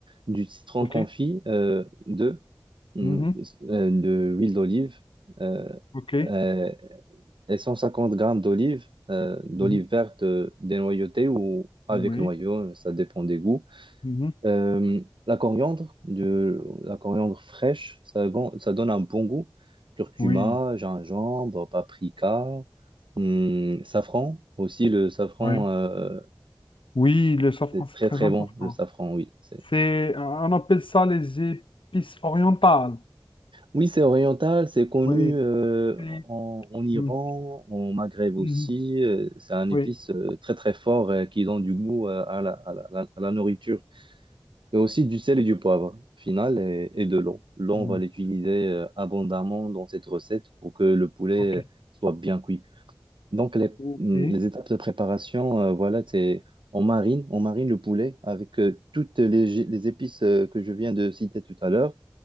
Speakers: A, on the right; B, on the left.
A: du citron
B: ok,
A: confit, euh, deux, hum,
B: mhm,
A: euh, de l'huile d'olive, euh,
B: ok,
A: euh, et 150 grammes d'olive, euh, d'olive
B: mhm,
A: verte euh, dénoyautée ou avec
B: oui,
A: noyau, ça dépend des goûts.
B: mhm,
A: Euh, la coriandre, de, la coriandre fraîche, ça, gon- ça donne un bon goût. Curcuma,
B: oui,
A: gingembre, paprika, hum, safran, aussi le safran.
B: oui.
A: euh,
B: Oui, le safran,
A: c'est
B: c'est
A: très
B: très
A: très
B: important.
A: bon le safran, oui. C'est...
B: C'est, on appelle ça les épices orientales.
A: Oui, c'est oriental, c'est connu
B: Oui,
A: euh,
B: oui,
A: en, en Iran,
B: mhm,
A: en Maghreb aussi.
B: mhm,
A: euh, c'est un épice
B: oui,
A: euh, très très fort euh, qui donne du goût euh, à la, à la- à la nourriture. Et aussi du sel et du poivre, au final, et, et de l'eau. L'eau, on
B: mhm,
A: va l'utiliser euh, abondamment dans cette recette pour que le poulet
B: ok,
A: euh, soit bien cuit. Donc les,
B: ok,
A: mm, les étapes de préparation, euh, voilà, c'est on marine, on marine le poulet avec euh, toutes les, les épices euh, que je viens de citer tout à l'heure.